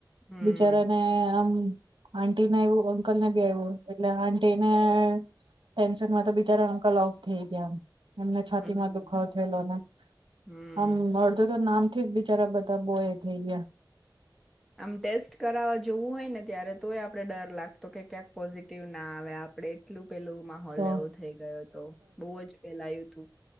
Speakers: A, in the centre; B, on the right.
A: હમ
B: બિચારાને આમ. આન્ટી ના એવુ કલ ને બી આવ્યું એટલે આ તેને ટેન્શનમાં તો બિચારા અંકલ ઓફ થઈ ગયા. એમને છાતી
A: હમ
B: માં દુખાવ થયેલો ને
A: હમ
B: આમ અડધો તો નામ થી બિચારા બધા બો એ થઈ ગયા.
A: આમ ટેસ્ટ કરાવવા જોવું હોય ને ત્યારે તોય આપડે ડર લાગતો કે ક્યાંક પોઝિટિવ ના આવે આપડે એટલું. પેલોું માહોલ
B: તો
A: એવો થઈ ગયો હતો બઉુ જ પેલાયું તું.